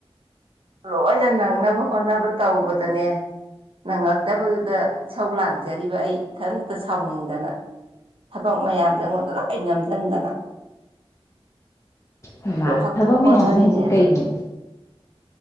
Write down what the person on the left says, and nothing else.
ꯍꯩꯃꯥ
ꯊꯕꯛ ꯃꯌꯥꯝ
ꯍꯥꯏꯁꯦ ꯀꯩꯅꯣ